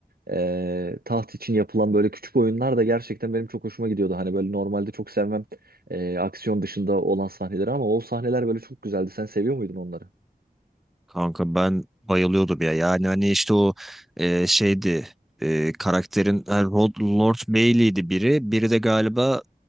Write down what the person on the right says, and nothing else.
ee, taht için yapılan böyle küçük oyunlar da gerçekten benim çok hoşuma gidiyordu. Hani böyle normalde çok sevmem e, aksiyon dışında olan sahneleri ama o sahneler böyle çok güzeldi. Sen seviyor muydun onları?